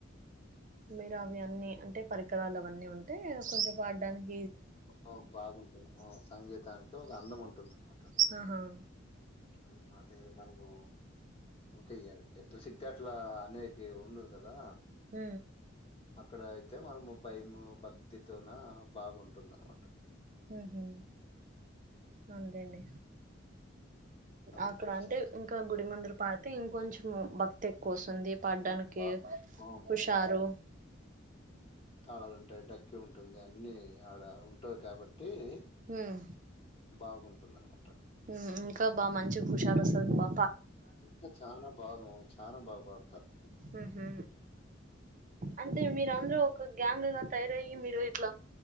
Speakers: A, on the right (about 40°); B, on the left (about 30°).
A: మీర అవి అన్నీ అంటే పరికరాలు అవన్నీ ఉంటే కొంచెం పాడ్డనికి
B: ఓ బాగుంటుంది ఓ సంగీతానికి ఒక అందం ఉంటుంది అన్నమాట
A: ఆహా
B: ఉ అదే మనము ఇంక ఎయ్యాలి అంటే తూ సిక్తే అట్ల అనయికి ఉందురు కదా
A: ఉ
B: అక్కడ అయితే మనము భయము భక్తితోన బాగుంటుందన్నమాట
A: ఉహు అంతెండి
B: అది
A: అక్కడ
B: పరిస్థితి
A: అంటే ఇంక గుడి ముందుర పాడితే ఇంకొంచెం భక్తి తే ఎక్కువొస్తుంది
B: ఉమ్,
A: పాడ్డానికి
B: ఉమ్, బా ఆ,
A: హుషారు
B: తాళాలుంటయి టక్కి ఉంటుంది అన్ని ఆడ ఉంటయి కాబట్టి టే
A: ఉమ్
B: బాగుంటుందన్నమాట
A: ఉమ్ ఇంకా బాగా మంచి హుషారు వస్తది బా
B: ఇంగా చాలా బాగా చాలా బాగా పాడుతారు
A: ఉహు అంటే మీరు అందరు ఒక గ్యాంగ్ గా తయారయ్యి మీరు ఇట్లా